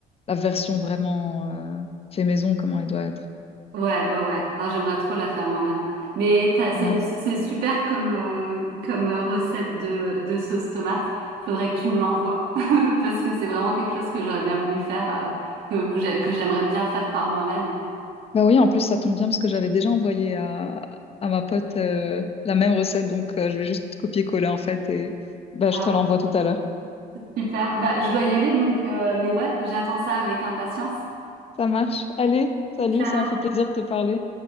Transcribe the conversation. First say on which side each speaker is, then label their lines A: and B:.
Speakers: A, on the left; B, on the right.
A: la version vraiment euh, fait maison, comment elle doit être.
B: ouais, ouais, ouais. Ah, j'aimerais trop la faire moi-même. Mais t'as-
A: Grave.
B: c'est une, c'est super comme, euh, comme euh, recette de, de sauce tomate. Il faudrait que tu me l'envoies <laughs> parce que c'est vraiment quelque chose que j'aurais bien voulu faire, euh, que, vous- que j'aimerais bien faire par moi-même.
A: Bah oui, en plus, ça tombe bien parce que j'avais déjà envoyé à, à ma pote euh, la même recette. Donc, euh, je vais juste copier-coller en fait. Et bah,
B: Ah,
A: je te l'envoie tout à l'heure.
B: super. Bah, je dois y aller donc, euh, mais ouais, j'attends ça avec impatience.
A: Ça marche. Allez, salut,
B: Ciao.
A: ça m'a fait plaisir de te parler.